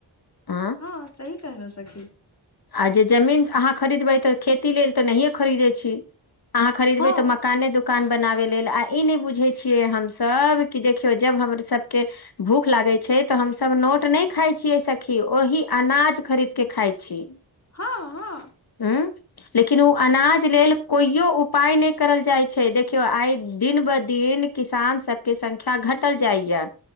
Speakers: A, on the left; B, on the left.
A: आँ
B: हँ सही कहलो सखी
A: आ जे जमीन अहाँ खरीदबै तऽ खेती लेल तऽ नहिए खरीदै छी अहाँ खरीदबे
B: हँ
A: तऽ मकाने दु कान बनाबै लेल आ ई नय बुझै छियै हमसभ कि देखियौ जब हमर सभके भूख लागै छै तऽ हमस नोट नय खााय छीयै। सखी ओहि अनाज खरीद के खाय छी
B: हँ हँ
A: उं लेकिन ओ अनाज लेल कोइयो उपाय नय करल जाइ छै देखियो आइ दिन ब दिन किसान सबके संख्या घटल जाइए